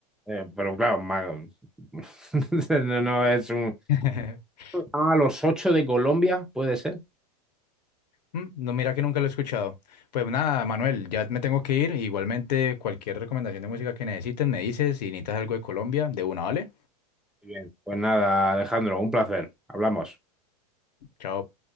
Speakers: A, in the centre; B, on the left.
A: eh, pero claro, ma- <laughs> no, no, es un...
B: <laughs>
A: A los ocho de Colombia, puede ser.
B: Mm, No, mira que nunca lo he escuchado. Pues nada, Manuel, ya me tengo que ir. Igualmente, cualquier recomendación de música que necesites, me dices. Si necesitas algo de Colombia, de una, ¿vale?
A: Muy Bien. Pues nada, Alejandro, un placer. Hablamos.
B: Chao.